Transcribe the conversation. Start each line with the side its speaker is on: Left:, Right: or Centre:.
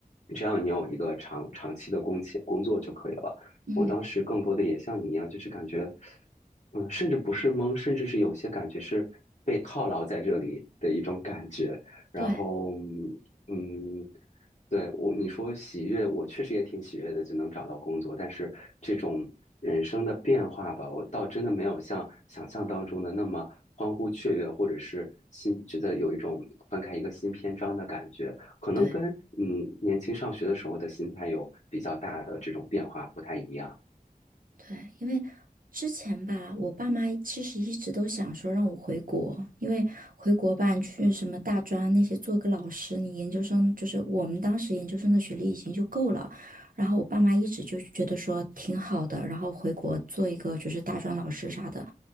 Left: 只要你有一个长长期的工签工作就可以了。
Right: 嗯，
Left: 我当时更多的也像你一样，就是感觉，嗯，甚至不是懵，甚至是有些感觉是被套牢在这里的一种感觉。然后，
Right: 对
Left: 嗯，嗯对，我，你说喜悦，我确实也挺喜悦的，就能找到工作。但是这种人生的变化吧，我倒真的没有像想象当中的那么欢呼雀跃，或者是新，觉得有一种翻开一个新篇章的感觉。可能跟嗯年轻上学的时候的心态有比较大的这种变化不太一样。
Right: 对。对，因为之前吧，我爸妈其实一直都想说让我回国，因为回国吧，你去什么大专那些做个老师，你研究生就是我们当时研究生的学历已经就够了。然后我爸妈一直就觉得说挺好的，然后回国做一个就是大专老师啥的。